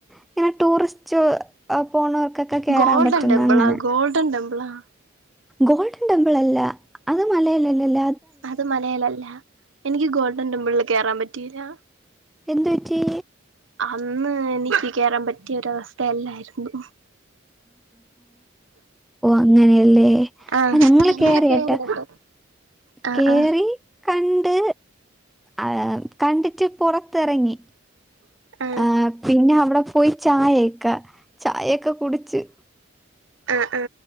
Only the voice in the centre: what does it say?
ഇങ്ങനെ ടൂറിസ്റ്റ് പോണവർക്കൊക്കെ കേറാൻ
പറ്റുന്ന
അങ്ങനെ
ഗോൾഡൻ ടെമ്പിൾ അല്ല അത് മലയിലല്ലല്ല
എന്ത്‌ പറ്റി
അങ്ങനെ ല്ലേ
ആ ഞങ്ങള് കേറിയട്ടാ
കേറി
കണ്ട് ആ കണ്ടിട്ട് പൊറത്തെറങ്ങി
ആ പിന്നെ അവിടെ പോയി ചായയേക്ക ചായൊക്കെ കുടിച്ച്